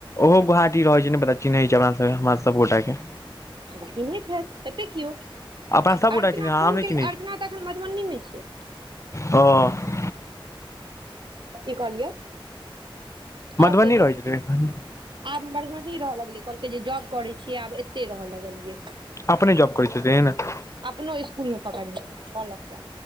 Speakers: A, on the left (about 35°); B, on the right (about 60°).
A: ओहो गुवहाटी रहैत छै नइ पता चिन्है छै हमरा सभ हमरा सभ गोटाके
B: आ त चिनहैत हेतै केओ
A: अपना सबगोटा
B: अर्चना
A: के चिन्है छै,
B: फोन
A: हम नहि
B: केल
A: चिन्है
B: अर्चना
A: छी
B: तऽ एखन मधुबनीमे छै
A: ओ <unintelligible>
B: की कहलियै आओर
A: मधुबनी
B: कहियौ
A: रहै छथिन
B: आब मरमती रहय लगलेै कहलकै जे जॉब करै छियै आब एते रहय लगलियै
A: अपने जॉब करैत छथि
B: अपनो स्कुल मे पकड़ने कहलक य